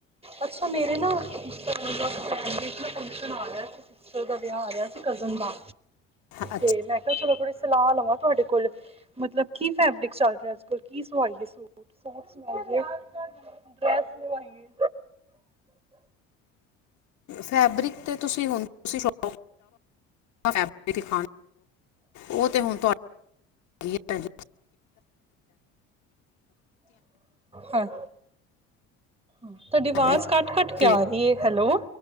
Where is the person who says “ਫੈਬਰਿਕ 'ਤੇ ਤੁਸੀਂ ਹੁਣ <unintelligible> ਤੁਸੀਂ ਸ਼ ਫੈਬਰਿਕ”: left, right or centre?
Left